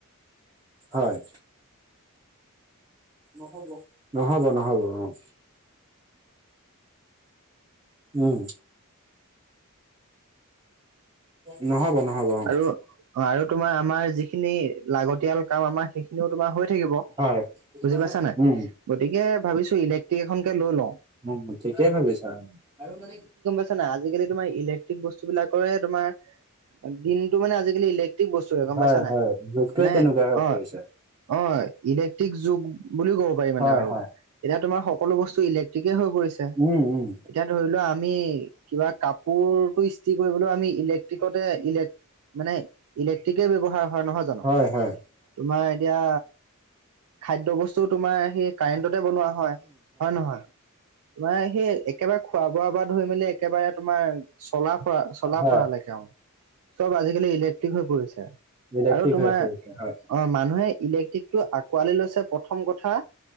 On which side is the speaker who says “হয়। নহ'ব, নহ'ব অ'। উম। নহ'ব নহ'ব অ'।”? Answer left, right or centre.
Right